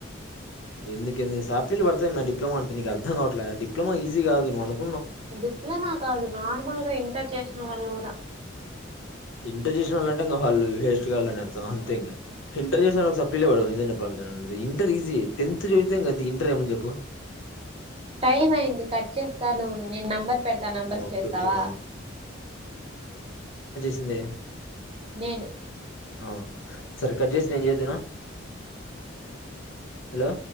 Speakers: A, on the left (about 70°); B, on the right (about 30°).
A: ఎందుకేంది సాప్లీలు పడతాయి మ డిప్లమా అంటే నీకు అర్థం కావట్లేదు డిప్లొమా ఈజీ కాదు నువ్ అను
B: డిప్లొమా కాదు నార్మల్ గా ఇంటర్ చేసిన వాళ్ళు కూడా
A: ఇంటర్ చేసిన వాళ్ళు అంటే ఇంక వాళ్ళు వేస్ట్ గాళ్ళు అని అర్ అర్థం అంతే ఇంక ఇంటర్ చేసిన వాళ్ళకు అసలు సప్లీలే పడవు నిజం చెప్పాలంట ఇంటర్ ఈజీ టెన్త్ చదివితే ఇంకది ఇంటర్ ఏముంది చెప్పు
B: టైం అయింది కట్ చేస్తాను నేను నెంబర్ పెడతా ఆ నెంబర్కి
A: ఓకే
B: చేస్తావా
A: ఓకే మ్యామ్ ఏంది
B: నేను
A: అవ్ సరే కట్ చేసి నేన్ చేద్దునా హలో